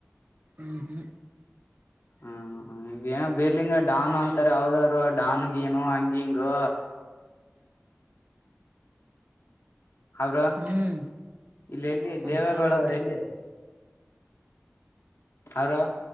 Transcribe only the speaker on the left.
ಹ್ಮ ಈ ಬಿರ್ಲಿಂಗ ಡಾನು ಅಂತಾರ ಅವಾವದವರು ಡಾನಗಿನು ಹಂಗಿಂಗು ಹಾ ಬ್ರೋ
ಇಲ್ಲ ಎಲ್ಲಿ
ದೇವೇಗೌಡ
ಅವರು ಎಲ್ಲಿ ಹಾಯ್ ಬ್ರೋ